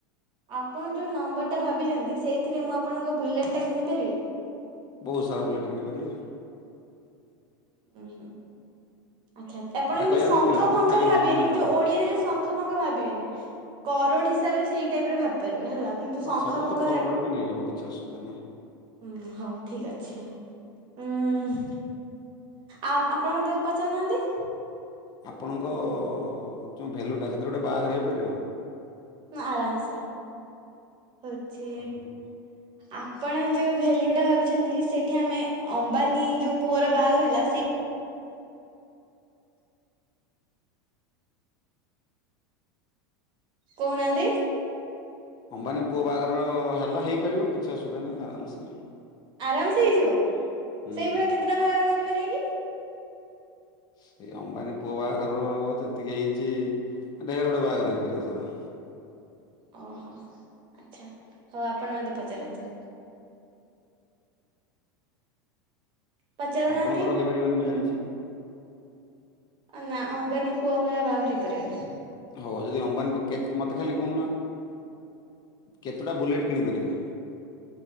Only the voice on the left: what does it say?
ବହୁତ୍ ସାରା ବୁଲେଟ୍ କିଣିପାରିବେ।
ଏଇଟା
କହିବାର
ନଥିଲା ମୋର
ଖାଲି
ହଁ କି ନା
କହିବାର
ଥିଲା।
ହଁ ସବୁ
ତ କାରୋଡ଼ ରେ ବି ନେଇହବ କିଛି ଅସୁବିଧା ନାହିଁ।
ଆପଣଙ୍କ ଯେଉଁ ଭ୍ୟାଲୁ ଟା ସେଥିରେ ଗୋଟେ ବାହାଘର ରହିପାରିବ?
ହଁ
ଅମ୍ବାନୀ ପୁଅ ବାହାଘର ହେଲା ହେଇପାରିବ କିଛି ଅସୁବିଧା ନାହିଁ ଆରାମ୍ ସେ।
ହୁଁ
ସେଇ ଅମ୍ବାନୀ ପୁଅ ବାହାଘରର ଯେତିକି ହେଇଚି ଢେର୍ ଗୁଡାଏ ବାହାଘର ହୋଇ ପାରିବ ଧର।
ଆପଣଙ୍କର ହୋଇ ପାରିବନି ମୁଁ ଜାଣିଚି।
ହଉ ଯଦି ଅମ୍ବାନୀ ପୁ କେତ୍ ମତେ ଖାଲି କୁହନ୍ତୁ ନା କେତୁଟା ବୁଲେଟ୍ କିଣିପାରିବେ?